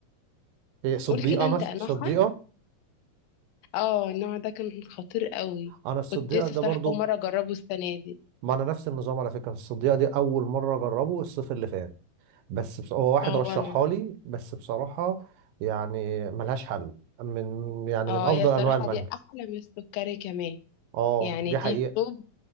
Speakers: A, on the right; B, on the left.
A: إيه، صديقه
B: قول كده انت
A: مثلا
B: انواعها
A: صديقه
B: اه النوع ده كان خطير قوي
A: انا الصديقه
B: كنت لسه
A: ده برضو
B: صراحة أول مرة أجربه السنة دي
A: ما انا نفس النظام على فكره الصديقه دي اول مره اجربه الصيف اللي فات بس بص... هو واحد
B: اه
A: رشحها
B: وأنا
A: لي بس بصراحه يعني ملهاش حل من يعني
B: اه
A: من افضل
B: هي صراحة
A: انواع المانجا
B: دي أحلى من السكري كمان
A: اه
B: يعني
A: دي
B: دي
A: حقيقه
B: طب